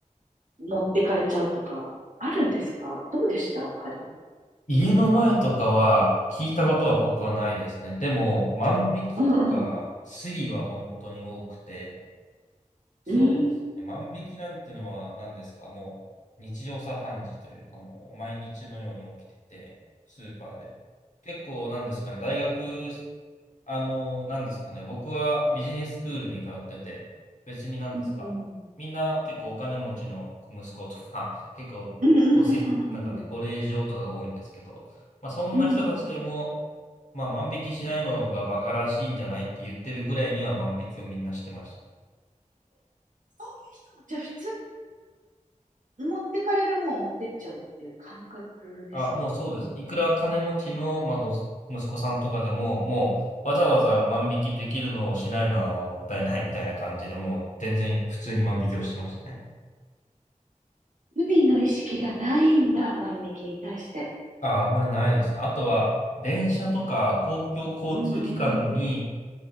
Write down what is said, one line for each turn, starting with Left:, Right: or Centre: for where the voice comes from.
Right: 持ってかれちゃうとか、あるんですかどうでしたパリ。
Left: 家の前とかは聞いたことは僕はないですね。でも、万引きとか、
Right: うんうん。
Left: スリは本当に多くて、そうですね。
Right: うん。
Left: 万引きなんてのは何ですかもう日常茶飯事というか、もう毎日のように起きてて、スーパーで。結構なんですかね、大学あの、何ですかね。僕はビジネススクールに通ってて、別に何ですか。
Right: うんうん。
Left: みんな結構お金持ちの息子とか、<laughs> 結構ごし、
Right: うんうんうんうんうん。
Left: なんかね、ご令嬢とかが多いんですけど、まあそんな人たちでも、
Right: うんうん。
Left: まあ万引きしないのがバカらしいんじゃないって言ってるぐらいには万引きをみんなしてましたね。
Right: そういう人も、じゃあ普通、持ってかれるもんを持ってっちゃうっていう感覚ですか
Left: あ、もうそうですね。いくら金持ちの、まあ、ごす息子さんとかでも、もうわざわざ万引きできるのをしないのはもったいないみたいな感じで、もう全然普通に万引きをしてましたね。
Right: 海の意識がないんだ、万引きに対して。
Left: あ、あんまりないですね。あとは、電車とか公共交通機関に
Right: うんうん。